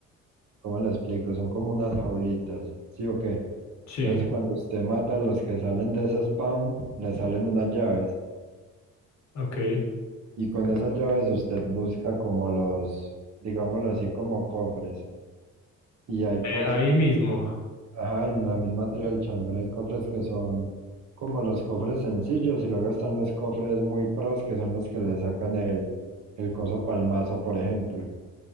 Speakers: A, on the right (about 65°); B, on the left (about 65°).
A: ¿cómo le explico? Son como unas jaulitas, ¿sí o qué?
B: Sí,
A: Entonces cuando usted mata a los que salen de ese spawn, le salen unas llaves.
B: ok. Eh,
A: Y con esas llaves usted busca como los, digámoslo así, como cofres. Y hay cofres
B: Ahí mismo.
A: Ajá, en la misma Trial Chamber hay cofres que son como los cofres sencillos y luego están los cofres muy pros que son los que le sacan el, el coso palmazo, por ejemplo.